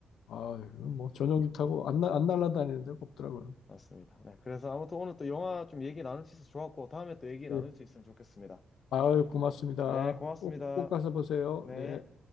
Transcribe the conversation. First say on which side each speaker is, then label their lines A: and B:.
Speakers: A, on the left; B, on the left.
A: 아, 이건 뭐 전용기 타고 안, 날- 안 날아다니는 데가 없더라고요.
B: 맞습니다. 네. 그래서 아무튼 오늘 또 영화 좀 얘기 나눌 수 있어서 좋았고, 다음에 또 얘기 나눌
A: 예.
B: 수 있으면 좋겠습니다.
A: 아유, 고맙습니다.
B: 네, 고맙습니다.
A: 꼭, 꼭 가서 보세요.
B: 네.
A: 네.